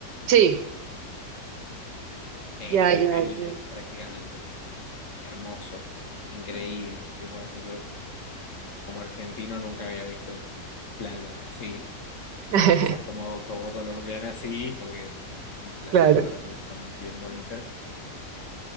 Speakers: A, on the right (about 80°); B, on the left (about 50°).
A: Sí,
B: que
A: ya,
B: es
A: ya,
B: Caribe
A: ya.
B: prácticamente. Hermoso, increíble. Y bueno, yo como argentino nunca había visto playas así.
A: <laughs>
B: Vos quizás como, como colombiana sí, porque las playas
A: Claro.
B: en Colombia son bien bonitas,